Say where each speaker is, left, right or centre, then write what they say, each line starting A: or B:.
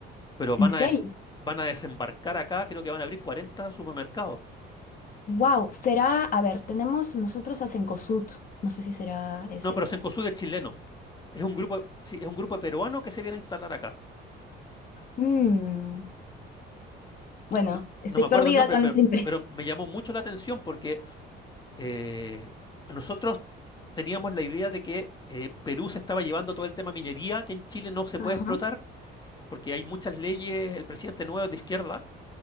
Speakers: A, on the left; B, on the left.
A: pero
B: ¿En
A: van
B: serio?
A: a, des- van a desembarcar acá, creo que van a abrir 40 supermercados.
B: Wow, será, a ver, tenemos nosotros a Cencosud, no sé si será ese.
A: No, pero Cencosud es chileno. Es un grupo, sí, es un grupo peruano que se viene a instalar acá.
B: Mm, Bueno,
A: No,
B: estoy
A: no me
B: perdida
A: acuerdo el nombre,
B: con
A: pero,
B: las empresas.
A: pero me llamó mucho la atención porque eh, nosotros teníamos la idea de que eh, Perú se estaba llevando todo el tema minería, que en Chile no se
B: Ajá,
A: puede explotar, porque hay muchas leyes, el presidente nuevo es de izquierda,